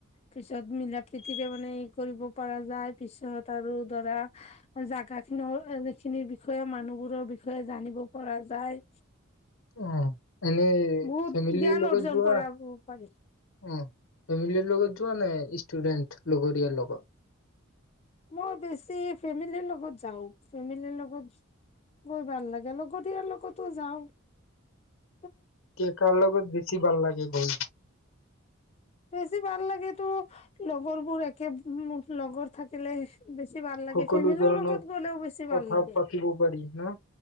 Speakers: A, on the left; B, on the left.
A: পিছত মিলা প্ৰীতিৰে মানে ই কৰিব পৰা যায় পিছত তাৰো ধৰা জাগাত ন অডমিত খিনিৰ বিষয়ে মানুহবোৰৰ বিষয়ে জানিব পৰা যায়
B: অ', এনেই
A: বহুত
B: ফেমিলিৰ
A: জ্ঞান
B: লগত
A: অৰ্জন
B: যোৱা?
A: কৰা লাগে
B: অ'। ফেমিলিৰ লগত যোৱা নাই ইষ্টুডেন্ট লগৰীয়াৰ লগত
A: মই বেছি ফেমিলিৰ লগত যাওঁ ফেমিলিৰ লগত শুচ শুচ ভাল লাগে লগৰীয়াৰ লগতো যাওঁ
B: কি কাৰ লগত বেছি ভাল লাগে গৈ
A: বেছি ভাল লাগেতো লগৰবোৰ একে লগত থাকিলে বেছি ভাল লাগে
B: সকলো
A: ফেমিলিৰ
B: ধৰণৰ
A: লগত গ'লেও বেছি
B: কথা
A: ভাল লাগে
B: পাতিব পাৰি ন